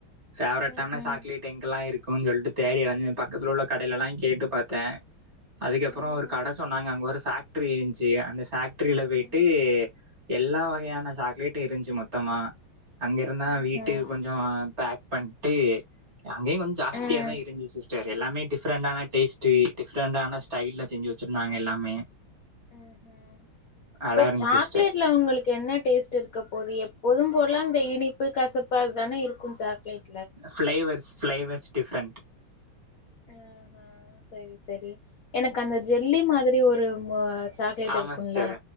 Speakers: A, on the right; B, on the left.
A: ஃபேவரட்டான
B: ம்ஹும்
A: சாக்லேட் எங்கெல்லா இருக்குன்னு சொல்ட்டு தேடி அலஞ்ச பக்கத்துல உள்ள கடையெல்லா கேட்டு பாத்தே அதுக்கப்றோ
B: ம்
A: ஒரு கட சொன்னாங்க அங்க ஒரு ஃபேக்ட்ரி இந்ச்சு அந்த ஃபேக்ட்ரில போய்ட்டு
B: ம்
A: எல்லா வகையான சாக்லேட்டு இருந்ச்சு மொத்தமா அங்கருந்தா
B: ம்ஹும்
A: வீட்டுக்கு கொஞ்சோ பேக் பண்ணிட்டு அங்கேய கொஞ்சோ ஜாஸ்தியாதா
B: ம்
A: இருந்துச்சு சிஸ்டர் எல்லாமே டிஃப்ரெண்டான டேஸ்ட்டு டிஃப்ரெண்டான ஸ்டைல்ல செஞ்சு வெச்சுருந்தாங்க எல்லாமே
B: ம் ம் இப்ப
A: நல்லா இருந்துச்சு
B: சாக்லேட்ல
A: சிஸ்டர்
B: உங்களுக்கு என்ன டேஸ்ட் இருக் ருக்க போகுது எப்போதும் போலா அந்த இனிப்பு கசப்பு அதுதானே இருக்கு சாக்லேட்
A: ஃப்ளேவர்ஸ் ஃப்ளேவர்ஸ் டிஃப்ரெண்ட்
B: ஆ ஆ சேரி சேரி எனக்கு அந்த ஜெல்லி மாதிரி ஒரு சாக்லேட்
A: ஆமா
B: இருக்கும்ல
A: சிஸ்டர்